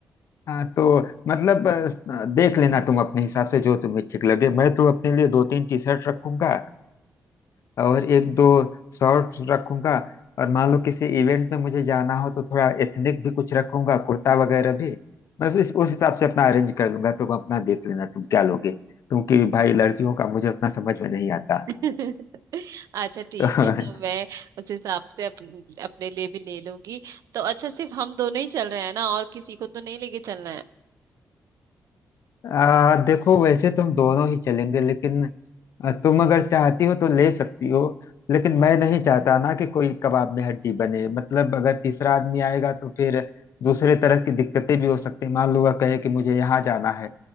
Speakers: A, on the left; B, on the right.
A: हाँ तो मतलब अ, देख लेना तुम अपने हिसाब से जो तुम्हें ठीक लगे मैं तो अपने लिए दो तीन टी शर्ट रखूंगा और एक दो शॉर्ट्स रखूंगा और मान लो किसी इवेंट में मुझे जाना हो तो थोड़ा एथनिक भी कुछ रखूंगा कुर्ता वगैरह भी मैं इस उस हिसाब से अपना अरेंज कर दूंगा तुम अपना देख लेना तुम क्या लोगे क्योंकि भाई लड़कियों का मुझे उतना समझ में नहीं आता
B: <laughs> अच्छा ठीक
A: <laughs>
B: है तो
A: तो
B: मैं उस हिसाब से अपने, अपने लिए भी ले लूंगी तो अच्छा सिर्फ हम दोनों ही चल रहे हैं ना और किसी को तो नहीं लेके चलना है
A: आ, देखो वैसे तुम दोनों ही चलेंगे लेकिन आ, तुम अगर चाहती हो तो ले सकती हो लेकिन मैं नहीं चाहता ना कि कोई कबाब में हड्डी बने मतलब अगर तीसरा आदमी आएगा तो फिर दूसरे तरह की दिक्कतें भी हो सकती हैं। मान लो वह कहे कि मुझे यहाँ जाना है